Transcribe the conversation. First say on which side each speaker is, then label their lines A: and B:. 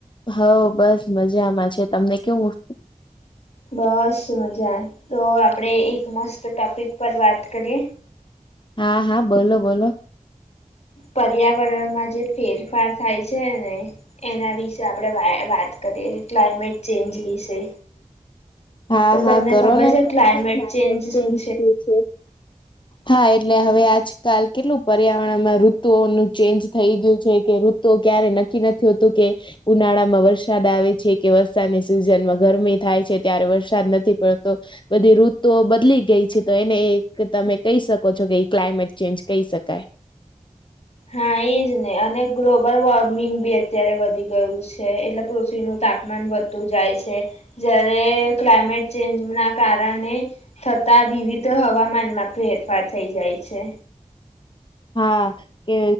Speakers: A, on the left; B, on the left.
A: હોવ બસ મજામાં છે. તમને કેવું?
B: બસ મજા. તો આપડે એક મસ્ત ટોપિક પર વાત કરીએ?
A: હા હા બોલો બોલો.
B: પર્યાવરણમાં જે ફેરફાર થાય છે ને એના વિશે આપણેે વા વાત કરીએ. ક્લાઇમેટ ચેન્જ વિશે.
A: હા
B: તો તમને
A: હા કરો
B: ખબર
A: ને. તમને
B: ક્લાઇમેટ
A: ખબર છે ક્લાયમેટ ચેન્જ
B: શું
A: જે છે હા એટલે હવે આજકાલ કેટલું પર્યાવરણમાં ઋતુઓનું ચેન્જ થઈ ગયું છે કે ઋત તો ક્યારે નક્કી નથી હોતું કે ઉનાળામાં વરસાદ આવે છે કે સાદની સિઝન માં ગરમી થાય છે, ત્યારે વરસાદ નથી પડતો. બધી ઋતુઓ બદલી ગઈ છે, તો એક તમે કહી છો કે એ ક્લાઇમેટ ચેન્જ કહી શકાય.
B: હા એજ ને અને ગ્લોબલ વોર્મિંગ બી અત્યારે વધી ગયું છે, એટલે પૃથ્વી નું તાપમાન વધ તુ જાય છે, જ્યારે ક્લાઇમેટ ચેન્જ ના કારણે થતા વિવિધ હવામાનમાંથી ફેરફાર થઇ જાય છે.
A: હા કે